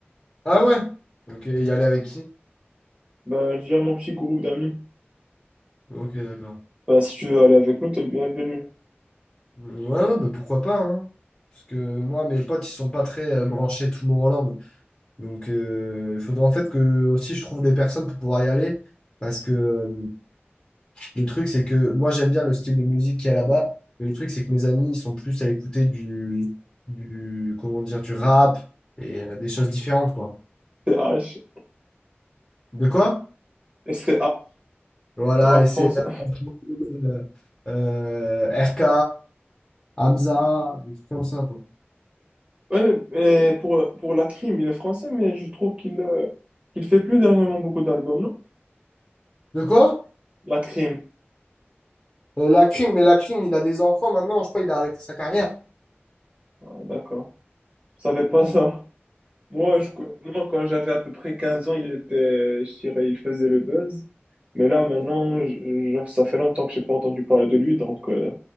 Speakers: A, on the left (about 20°); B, on the right (about 30°).
A: Ah ouais? Ok, y aller avec qui?
B: Ben, je dirais à mon petit groupe d'amis.
A: Ok, d'accord.
B: Bah, si tu veux aller avec nous, t'es le bienvenu.
A: Mm, Ouais, ouais, bah pourquoi pas, hein. Parce que moi, mes potes, ils sont pas très euh, branchés Tomorrowland. Donc, euh, il faudrait en fait que aussi je trouve des personnes pour pouvoir y aller. Parce que euh, le truc, c'est que moi, j'aime bien le style de musique qu'il y a là-bas. Mais le truc, c'est que mes amis, ils sont plus à écouter du, du, comment dire, du rap et euh, des choses différentes, quoi.
B: STH.
A: De quoi?
B: h
A: Voilà,
B: le rap
A: et c'est
B: français.
A: euh, euh, RK, Hamza, des trucs comme ça, quoi.
B: Ouais, mais, mais pour, pour la crime, il est français, mais je trouve qu'il euh, qu'il fait plus dernièrement beaucoup d'albums, non?
A: De quoi?
B: La crime.
A: Euh, la crime, mais la crime, il a des enfants maintenant, je crois qu'il a arrêté sa carrière.
B: Ah, d'accord. Je savais pas
A: Ouais,
B: ça. Moi, je, moi, quand j'avais à peu près 15 ans, il était, je dirais, il faisait le buzz. Mais là, maintenant, je- genre, ça fait longtemps que j'ai pas entendu parler de lui, donc euh,